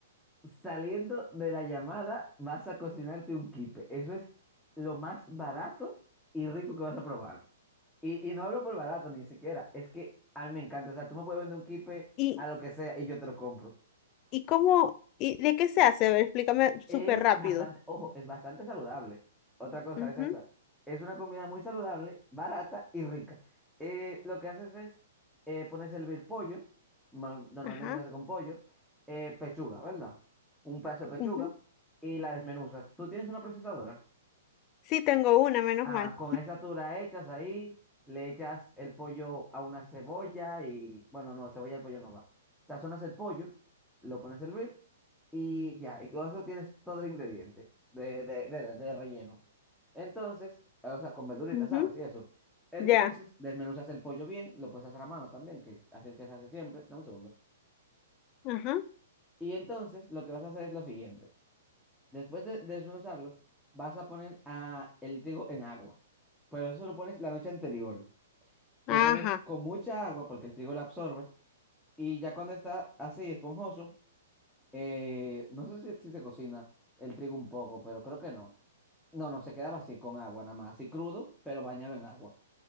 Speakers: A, in the centre; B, on the left.
A: Saliendo de la llamada, vas a cocinarte un quipe. Eso es lo más barato y rico que vas a probar. Y, y no hablo por barato ni siquiera. Es que a mí me encanta. O sea, tú me puedes vender un quipe
B: ¿Y,
A: a lo que sea y yo te lo compro.
B: y cómo, y de qué se hace? A ver, explícame súper
A: Es
B: rápido.
A: bastante, ojo, es bastante saludable. Otra cosa
B: Ujú,
A: es esa. Es una comida muy saludable, barata y rica. Eh, lo que haces es, eh, pones a hervir pollo, ma- normalmente
B: ajá,
A: se hace con pollo, eh, pechuga, ¿verdad? Un pedazo de pechuga
B: ujú.
A: y la desmenuzas. ¿Tú tienes una procesadora?
B: Sí, tengo una, menos
A: Ah,
B: mal.
A: con esa tú la echas ahí, le echas el pollo a una cebolla y, bueno, no, cebolla al pollo no va. Sazonas el pollo, lo pones a hervir y ya, y con eso tienes todo el ingrediente de, de, de, de relleno. Entonces, o sea, con verduritas,
B: Ujú,
A: ¿sabes? Y eso. Entonces,
B: Ya,
A: desmenuzas el pollo bien, lo puedes hacer a mano también, que así es que se hace siempre. Dame un segundo.
B: ajá,
A: Y entonces, lo que vas a hacer es lo siguiente. Después de desmenuzarlo, vas a poner a el trigo en agua. Pero eso lo pones la noche anterior. lo
B: ajá,
A: pones con mucha agua porque el trigo la absorbe y ya cuando está así esponjoso, eh, no sé si, si se cocina el trigo un poco, pero creo que no. No, no, se quedaba así con agua nada más, así crudo, pero bañado en agua.